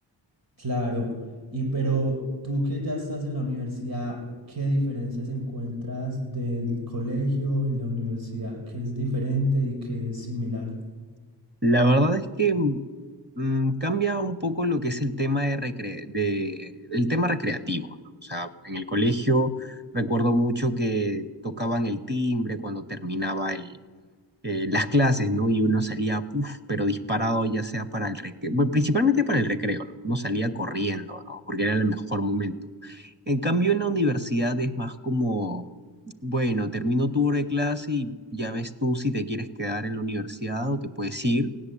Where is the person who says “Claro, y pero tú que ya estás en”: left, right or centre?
Right